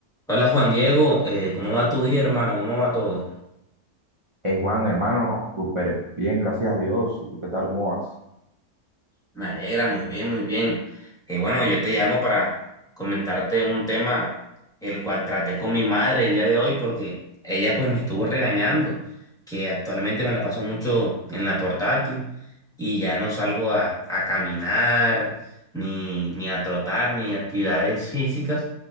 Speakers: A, in the centre; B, on the right.
A: Hola Juan Diego, eh, ¿cómo va tu día, hermano? ¿Cómo va todo?
B: Hey Juan, hermano, súper bien, gracias a Dios. ¿Y tú qué tal? ¿Cómo vas?
A: Me alegra, muy bien, muy bien. Y bueno, yo te llamo para comentarte un tema el cual traté con mi madre el día de hoy porque ella pues me estuvo regañando, que actualmente me la paso mucho en la portátil y ya no salgo a, a caminar, ni, ni a trotar, ni actividades físicas